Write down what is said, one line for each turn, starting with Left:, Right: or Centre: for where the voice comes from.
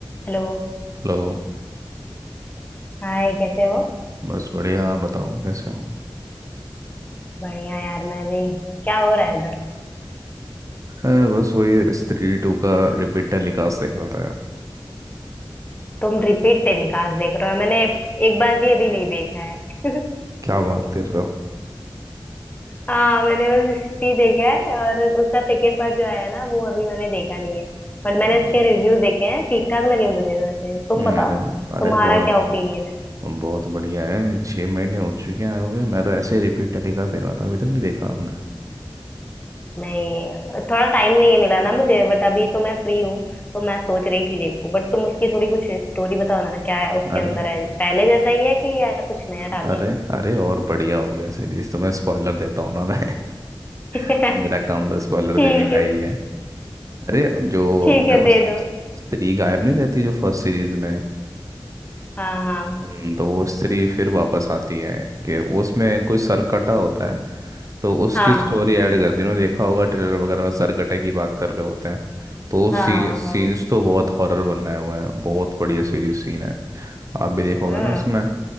Left: Hello
Right: Hello
Left: Hi कैसे हो
Right: बस बढ़िया आप बताओ कैसे हो
Left: बढ़िया यार मैं भी क्या हो रहा है उधर
Right: हाँ, बस वही स्त्री टू का रिपीटेड लिकास देख रहा था यार
Left: तुम रिपीट टेलीकास्ट देख रहे हो मैंने एक बार भी अभी नहीं देखा है <laughs>
Right: क्या बात कर रहे हो
Left: हाँ मैंने बस हिस्ट्री देखा है और उसका सेकेंड पार्ट जो आया ना वो अभी मैंने देखा नहीं है बट मैंने
Right: हम्म,
Left: इसके रिव्यू देखे हैं ठीक ठाक लगे मुझे वैसे तुम
Right: अरे
Left: बताओ
Right: अरे
Left: तुम्हारा
Right: बहुत
Left: क्या ओपिनियन है
Right: बहुत बढ़िया है छः महीने हो चुके हैं आए हुए मैं तो ऐसे ही रिपीट टेलीकास्ट देख रहा था अभी तक नहीं देखा आपने
Left: नहीं थोड़ा टाइम नहीं मिला ना मुझे बट अभी तो मैं फ्री हूँ तो मैं सोच रही थी देखूं बट तुम उसकी थोड़ी कुछ स्टोरी बताओ ना क्या है उसके
Right: अरे
Left: अंदर है पहले जैसा ही है कि या कुछ नया डाले
Right: अरे अरे और बढ़िया हो गया सीरीज तो मैं स्पॉइलर देता हूँ ना मैं
Left: हैं
Right: <laughs>
Left: <laughs>
Right: मेरा काम तो स्पॉइलर
Left: ठीक
Right: देने का
Left: है
Right: ही है अरे जो
Left: ठीक
Right: हमने
Left: है
Right: उस-
Left: दे
Right: उस-
Left: दो
Right: स्त्री गायब नहीं जाती जो फर्स्ट सीरीज में
Left: हाँ हाँ
Right: हम्म, तो वो स्त्री फिर वापस आती है कि उसमें कोई सरकटा होता है तो उसकी
Left: हाँ
Right: स्टोरी ऐड कर दी उन्होंने देखा होगा ट्रेलर वगैरह में सरकटे की बात कर रहे होते हैं तो सी,
Left: हाँ हाँ
Right: सीन्स
Left: हाँ
Right: तो बहुत हॉरर बनाए हुए हैं बहुत बढ़िया सीरीज सीन है आप भी देखोगे
Left: हाँ
Right: ना इसमें